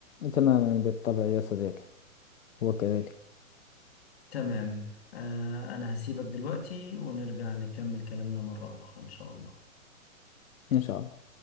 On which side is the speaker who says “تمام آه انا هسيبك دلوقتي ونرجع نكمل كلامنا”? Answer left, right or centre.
Left